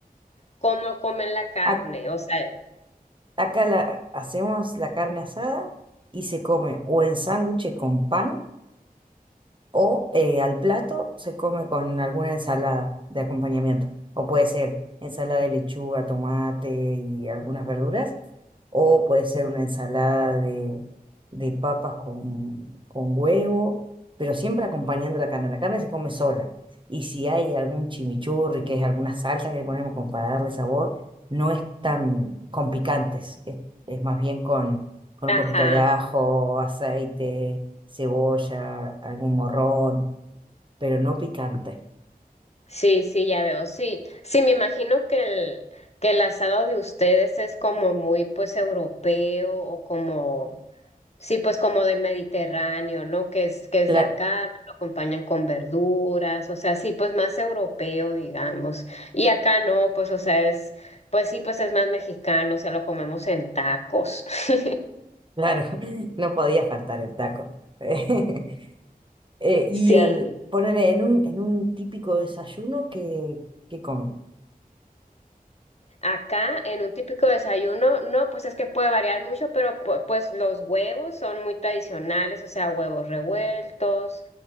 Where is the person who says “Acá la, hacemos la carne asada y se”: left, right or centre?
Right